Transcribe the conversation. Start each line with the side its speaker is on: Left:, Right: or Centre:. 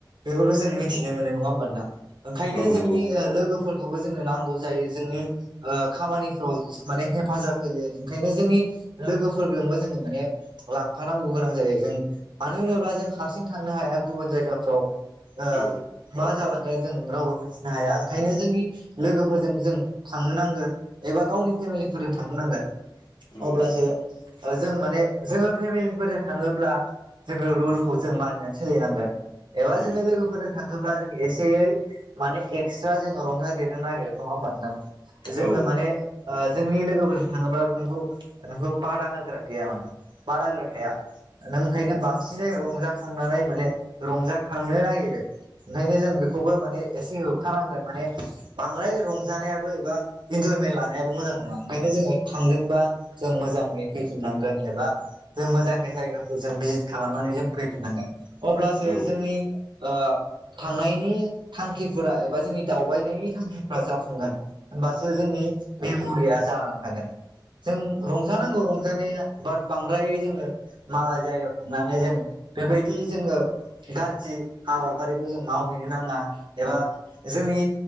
Right: बेफोरखौ जों मिन्थिनो
Left: औ
Right: मोनो। नङा होमबा नोंथां? ओंखायनो
Left: औ
Right: जोंनि
Left: नंगौ
Right: ओ लोगोफोरखौबो जोंनो नांगौ जायो जों उम ओ खामानि फ्राव माने हेफाजाब होयो। ओंखायनो जोंनि लोगोफोरजोंबो जोङो माने लांफानांगौ गोनां जायो जों। मानो होनोब्ला जों हारसिं थांनो हाया गुबुन जायगाफ्राव। ओ
Left: औ।
Right: मा जालाङो जों रावबो मिनथिनो हाया ओंखायनो जोंनि लोगोफोरजों जों थांनो नांगोन। एबा गावनि फेमिलिफोरजों थांनो नांगोन।
Left: औ
Right: अब्लासो ओ जों माने जोङो फेमिलिफोरजों थाङोब्ला जोङो रुलखौ जों मानिनानै सोलिनांगोन एबा
Left: उम
Right: जोङो लोगोफोरजों थाङोब्ला जों एसेयै माने एकस्रा जोङो रंजा देरनो नागिरो। नङा होमबा नोंथां? जोङो
Left: औ उम औ
Right: माने
Left: औ
Right: ओ जोंनि लोगोफोरजों थाङोब्ला नोंखौ नोंखौ बादा होग्रा गैया माने। बादा होग्रा थाया। नों ओंखायनो बांसिनै रंजाखांनानै माने रंजाखांनो नागिरो। ओंखायनो जों बेखौबो माने एसे होबथानांगोन माने बांद्राय रंजानायाबो एबा इन्जयमेला नायाबो मोजां नङा ओंखायनो जोङो थांदोंबा जों मोजाङै फैफिनांगोन एबा जों मोजाङै जायगाखौ जों भिजिद खालामनानै जों फैफिन नांगोन अब्लासो
Left: औ
Right: जोंनि ओ थांनाय नायनि थांखिफोरा एबा जोंनि दावबायनायनि थांखिफोरा जाफुंगोन होमबासो जोंनि मेमरिया जानानै थागोन जों रंजानांगौ रंजानाया बाट बांद्रायै जोङो मालाय जायगायाव थांनानै जों बेबायदि जोङो गाज्रि हाबाफारिखौ जों मावहैनो नाङा एबा जोंनि